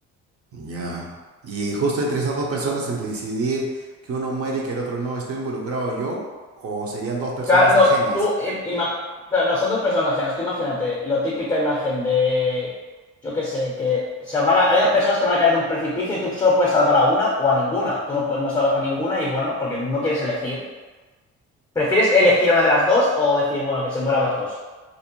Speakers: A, on the right; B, on the left.
A: Ya. Y justo entre esas dos personas, entre decidir que uno muere y que el otro no, ¿estoy involucrado yo? ¿O serían dos personas
B: Claro, no,
A: ajenas?
B: tú, im- ima- claro, no, son dos personas ajenas. Tú imagínate la típica imagen de, yo qué sé, que, o sea, van a- hay dos personas que van a caer de un precipicio y tú solo puedes salvar a una o a ninguna. Tú no, puedes- no salvas a ninguna y bueno, porque no quieres elegir. ¿Prefieres elegir a una de las dos o decir, bueno, que se mueran las dos?